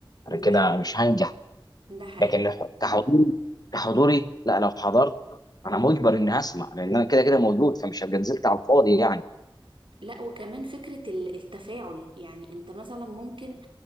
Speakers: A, on the left; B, on the right.
A: انا كده
B: ده حقيقي
A: مش هنجح
B: ده حقيقي
A: لكن كحضوري كحضوري لا لو حضرت انا مجبر اني هسمع لان انا كده كده موجود فمش هبقى نزلت على الفاضي يعني
B: لا وكمان فكرة ال- التفاعل يعني انت مثلا ممكن